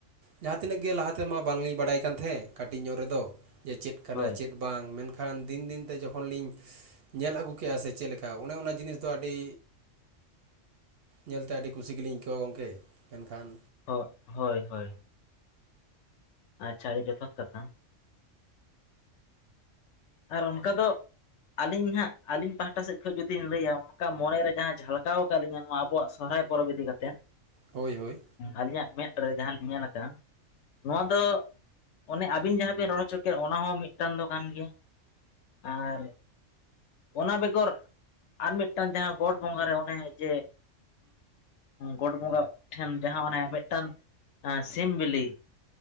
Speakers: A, on the right; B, on the left.
A: ᱡᱟᱦᱟᱸ ᱛᱤᱱᱟᱹᱜ ᱜᱮ ᱞᱟᱦᱟᱛᱮᱢᱟ ᱵᱟᱝᱞᱤᱧ ᱵᱟᱲᱟᱭ ᱠᱟᱱ ᱛᱟᱦᱮᱸᱫ ᱠᱟᱹᱴᱤᱡ ᱧᱚᱜ ᱨᱮᱫᱚ ᱡᱮ ᱪᱮᱫ ᱠᱟᱱᱟ
B: ᱦᱳᱭ
A: ᱪᱮᱫ ᱵᱟᱝ ᱢᱮᱱᱠᱷᱟᱱ ᱫᱤᱱ ᱫᱤᱱᱛᱮ ᱡᱚ ᱠᱷᱚᱱ ᱞᱤᱧ ᱧᱮᱞ ᱟᱹᱜᱩ ᱠᱮᱜᱼᱟ ᱥᱮ ᱪᱮᱫ ᱞᱮᱠᱟ ᱚᱱᱮ ᱚᱱᱟ ᱡᱤᱱᱤᱥ ᱫᱚ ᱟᱹᱰᱤ ᱧᱮᱞᱛᱮ ᱟᱹᱰᱤ ᱠᱩᱥᱤ ᱜᱮᱞᱤᱧ ᱟᱹᱭᱠᱟᱹᱣᱟ ᱜᱚᱢᱠᱮ ᱢᱮᱱᱠᱷᱟᱱ
B: ᱦ ᱦᱳᱭ ᱦᱳᱭ ᱟᱪᱪᱷᱟ ᱟᱹᱰᱤ ᱡᱚᱛᱷᱟᱛ ᱠᱟᱛᱷᱟ ᱟᱨ ᱚᱱᱠᱟ ᱫᱚ ᱟᱹᱞᱤᱧ ᱦᱟᱸᱜ ᱟᱹᱞᱤᱧ ᱯᱟᱦᱴᱟ ᱥᱮᱫ ᱠᱷᱚᱱ ᱡᱩᱫᱤᱧ ᱞᱟᱹᱭᱟ ᱚᱱᱠᱟ ᱢᱚᱱᱮᱨᱮ ᱡᱟᱦᱟᱸ ᱡᱷᱟᱞᱠᱟᱣ ᱟᱠᱟᱫ ᱞᱤᱧ ᱱᱚᱣᱟ ᱟᱵᱚᱣᱟᱜ ᱥᱚᱨᱦᱟᱭ ᱯᱚᱨᱚᱵ ᱤᱫᱤ ᱠᱟᱛᱮ᱾
A: ᱦᱳᱭ ᱦᱳᱭ
B: ᱟᱞᱤᱧ ᱟᱜ ᱢᱮᱫ ᱨᱮ ᱡᱟᱦᱟᱸ ᱞᱤᱧ ᱧᱮᱞ ᱟᱠᱟᱜᱼᱟ᱾ ᱱᱚᱣᱟ ᱫᱚ ᱚᱱᱮ ᱟᱹᱵᱤᱱ ᱡᱟᱦᱟᱸᱵᱤᱱ ᱨᱚᱲ ᱦᱚ ᱪᱚ ᱠᱮᱫ ᱚᱱᱟ ᱦᱚᱸ ᱢᱤᱫᱴᱟᱝ ᱫᱚ ᱠᱟᱱ ᱜᱮᱭᱟ᱾ ᱟᱨ ᱚᱱᱟ ᱵᱮᱜᱚᱨ ᱟᱨ ᱢᱤᱫ ᱴᱟᱝ ᱡᱟᱦᱟᱸ ᱜᱚᱴ ᱵᱚᱸᱜᱟ ᱨᱮ ᱚᱱᱮ ᱡᱮ ᱜᱚᱴ ᱵᱚᱸᱜᱟ ᱴᱷᱮᱱ ᱡᱟᱦᱟᱸ ᱚᱱᱮ ᱢᱤᱫᱴᱟᱝ ᱥᱤᱢ ᱵᱤᱞᱤ